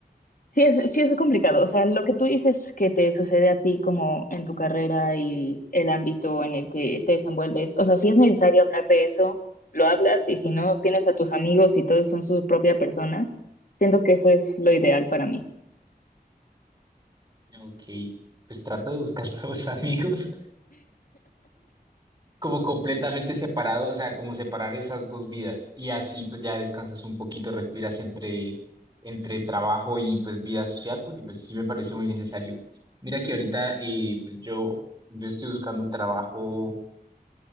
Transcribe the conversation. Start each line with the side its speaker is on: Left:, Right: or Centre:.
Left: sí es, sí es complicado. O sea, lo que tú dices que te sucede a ti como en tu carrera y el ámbito en el que te desenvuelves. O sea, si es necesario hablar de eso, lo hablas y si no, tienes a tus amigos y todos son su propia persona. Siento que eso es lo ideal para mí.
Right: Ujú. Ok, pues trata de buscar <laughs> nuevos amigos. como completamente separado, o sea, como separar esas dos vidas y así pues ya descansas un poquito, respiras entre, entre trabajo y pues vida social, porque pues sí me parece muy necesario. Mira que ahorita eh, pues yo, yo estoy buscando trabajo